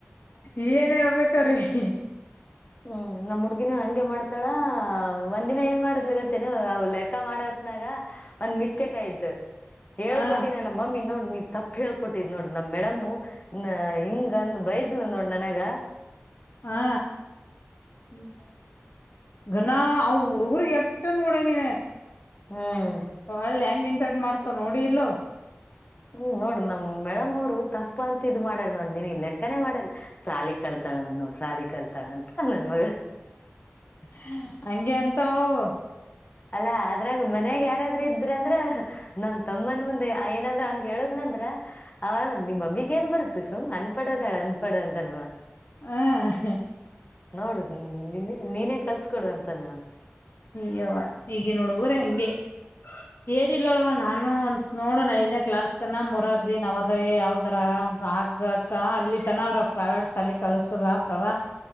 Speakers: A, on the left (about 60°); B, on the left (about 40°).
A: ಏನ್ ಹೇಳಬೇಕೇಕ್ರೀ.
B: ಹ್ಮ್ ನಮ್ ಹುಡ್ಗಿನ ಹಂಗೆ ಮಾಡ್ತಾಳ ಒಂದು ದಿನ ಏನ್ ಮಾಡದ್ಲಿ ಗೊತ್ತೇನು ಅವ್ ಲೆಕ್ಕ ಮಾಡತ್ನಾಗ ಒಂದ್ ಮಿಸ್ಟೇಕ್ ಆಯ್ತು ಹೇಳ್ಕೊಟ್ಟಿನಲ್ಲ
A: ಹಾ
B: ಮಮ್ಮಿ ನೋಡ್ ನೀ ತಪ್ಪ ಹೇಳ್ಕೊಟ್ಟಿದ್ ನೋಡ್ ನಮ್ ಮೇಡಮ್ಮು ನ ಹಿಂಗಂದ ಬೈದ್ಲು ನೋಡ್ ನನಗ
A: ಹಾ
B: ಹ್ಮ್
A: ಗಣ ಆ ಹುಡಗುರ್ ಎಟ್ಟ ನೋಡ ನೀ
B: ಹ್ಮ್
A: ಒಳ್ಳೆ ಹೆಂಗ್ ಇನ್ಸರ್ಟ್ ಮಾಡ್ತ ನೋಡಿ ಇಲ್ಲ
B: ಹ್ಮ್ ನೋಡಿ ನಮ್ ಮೇಡಮ್ ಅವ್ರು ತಪ್ಪ ಅಂತ ಇದ್ ಮಾಡ್ಯಾರ ನೋಡ್ ನಿನಗ್ ಲೆಕ್ಕನೇ ಮಾಡಲ್ಲ ಸಾಲಿ ಕಲ್ತಾಳಂತ ನೋಡ್ ಸಾಲಿ ಕಲ್ತಾಳಂತ ಹಾ ನನ್ಮಗ
A: ಹಾ ಹಂಗೆ ಅಂತೋವ್
B: ಅಲ್ಲ ಅದ್ರಾಗ ಮನ್ಯಾಗ ಯಾರಾದ್ರೂ ಇದ್ರ ಅಂದ್ರ ನಮ್ ತಮ್ಮನ್ ಮುಂದೆ ಏನಾದ್ರು ಹಂಗ ಹೇಳುದ್ಲ ಅಂದ್ರ ಅವಾಗ ನಿಮ್ಮಮ್ಮಿಗ್ ಏನ್ ಬರುತ್ತೆ ಸುಮ್ ಅನ್ಪಡೋದಾಳ ಅನ್ಪಡ ಅಂತಾನವ
A: ಹ
B: ನೋಡು ನಿನ್ ನೀನೇ ಕಲ್ಸ ಕೊಡು ಅಂತವ
A: ಯವ್ವ ಈಗಿನ ಹುಡಗ್ರೆ ಹಂಗೆ ಏನಿಲಿಲ್ಲವ ನಾನು ಒಂದ್ಸಾ ನೋಡಣ ಐದನೇ ಕ್ಲಾಸ್ ತನ ಮುರಾರ್ಜಿ ನವದವ ಯಾವ್ದ್ರ ಆಗಕ ಅಲ್ಲಿ ತನರ ಪ್ರೈವೇಟ್ ಶಾಲ ಕಲ್ಸದ ಆತವ